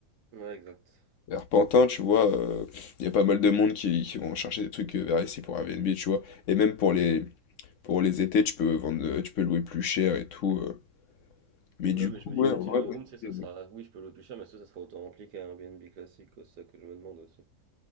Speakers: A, on the right; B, on the left.
A: Ouais, exact.
B: Arpentin, tu vois, il y a pas mal de monde qui, qui vont chercher des trucs euh, vers ici pour Airbnb, tu vois. Et même pour les, pour les étés, tu peux vendre, euh, tu peux louer plus cher et tout. euh. Mais
A: Ouais,
B: du
A: mais
B: coup,
A: je me
B: ouais,
A: dis peut-être
B: en vrai,
A: une lounge
B: bonne
A: room, tu sais, ça
B: idée,
A: sera.
B: ouais.
A: Oui, je peux louer plus cher, mais est-ce que ça sera autant rempli qu'un Airbnb classique, quoi, c'est ça que je me demande aussi.